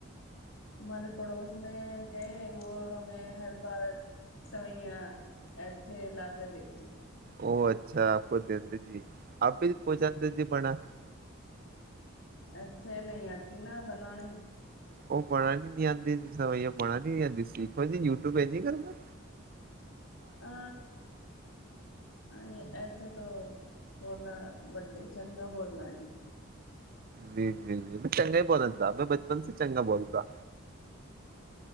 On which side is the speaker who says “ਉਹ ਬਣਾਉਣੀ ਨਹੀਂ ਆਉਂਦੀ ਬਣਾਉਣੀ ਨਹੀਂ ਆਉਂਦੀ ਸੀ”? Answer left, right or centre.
Right